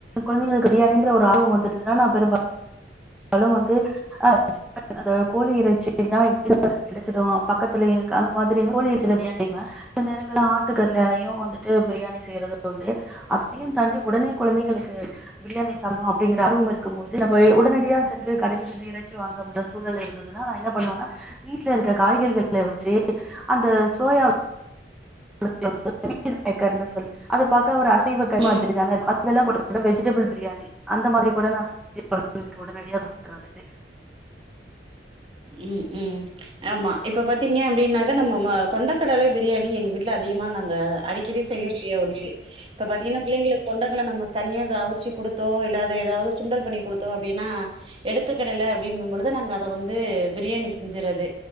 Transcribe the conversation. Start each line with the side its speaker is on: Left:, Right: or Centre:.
Centre: குழந்தைங்களுக்கு பிரியாணிங்கிற ஒரு ஆர்வ வந்துட்டுதுனால நா பெரும் பாலு வந்து ஹ அது கோழி இறைச்சினா <inaudible> கிடைச்சிடு பக்கத்துலயே கு அந்த மாதிரி கோழில சில பிரியாணி செய்வே சில நேரங்கள்ல ஆட்டு கறிலயு வந்துட்டு பிரியாணி செய்யறது உண்டு அதையும் தாண்டி உடனே குழந்தைங்களுக்கு பிரியாணி சாப்படணு அப்படிங்கிற ஆர்வம் இருக்கும் போது நம்ம உடனடியா சென்று கடைக்கு சென்று இறைச்சி வாங்க முடில சூழல் இருந்ததுன்னா நா என்ன பண்ணுவேன்னா வீட்டுல இருக்க காய்கறிகள வச்சு அந்த சோயா <inaudible> மீல்மேக்கர்னு சொல் அது பார்க்க ஒரு அ சீவக்காய்
Right: ம்
Centre: மாதிரி தானே இருக்கு அதெல்லா போட்டு கூட வெஜிடபிள் <inaudible> பிரியாணி அந்த மாதிரி கூட நா சு பசங்களுக்கு உடனடியா குடுத்தர்றது
Right: உம் உம் ஆமா இப்ப பாத்தீங்க அப்படின்னாக்க நம்ம கொண்டைக்கடலை பிரியாணி எங்க வீட்டுல அதிகமா நாங்க அடிக்கடி செய்ய கூடிய ஒன்று இப்ப பாத்தீங்கன்னா பிள்ளைங்களுக்கு கொண்டைங்கடலை நம்ம தனியா அவிச்சு குடுத்தோ இல்ல அது ஏதாவது சுண்டல் பண்ணி குடுத்தோ அப்படின்னா எடுத்துக்கிடல அப்படிங்கும் பொழுது நாங்க அதை வந் து பிரியாணி செஞ்சர்றது